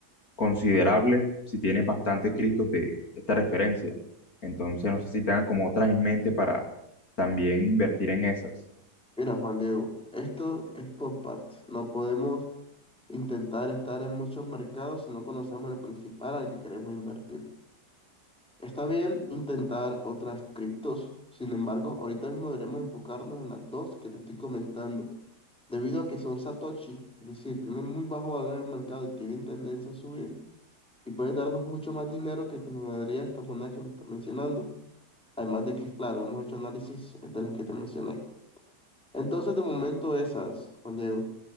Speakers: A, on the left; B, in the centre.
A: considerable si tienes bastantes Cristos de esta referencia. Entonces, no sé si tengan como otras en mente para también invertir en esas.
B: Mira, Juan Diego, esto es por partes. No podemos intentar estar en muchos mercados si no conocemos el principal al que queremos invertir. Está bien intentar otras criptos, sin embargo, ahorita mismo deberemos enfocarnos en las dos que te estoy comentando. Debido a que son Satoshi, es decir, tienen muy bajo valor en el mercado y tienen tendencia a subir, y pueden darnos mucho más dinero que el que nos daría esta moneda que me estás mencionando. Además de que, claro, hemos hecho análisis de las que te mencioné. Entonces, de momento esas, Juan Diego.